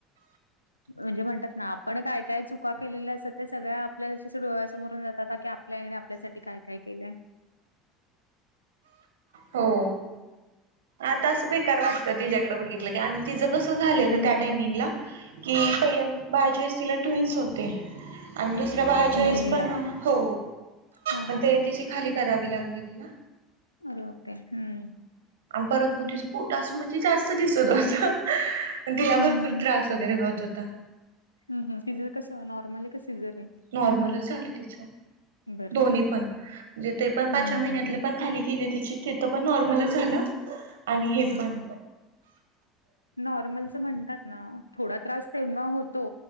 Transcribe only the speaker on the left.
म्हणजे म्हणतात ना आपण काय काय चुका केलेल्या असतात, ते सगळ्या आपल्या डोळ्या समोरून जातात. की आपल्या आई आपल्यासाठी काय काय केलंय.
हम्म.
बहिणीला.
हां,
हां,
हां.
अरे बापरे. हम्म
हं,
हम् हम, तिज कस नॉर्मल आहे का सिझर आहे?
बरं.
हं.
हम्म,
हम्म,
हम्म नॉर्मलच म्हणतात ना, थोडा त्रास तेव्हा होतो.